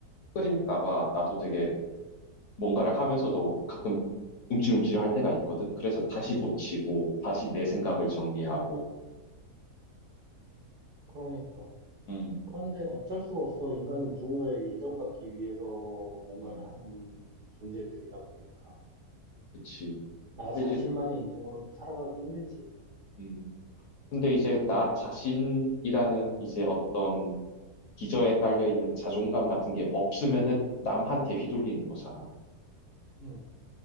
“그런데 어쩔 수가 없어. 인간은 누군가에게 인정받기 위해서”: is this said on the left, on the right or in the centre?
Right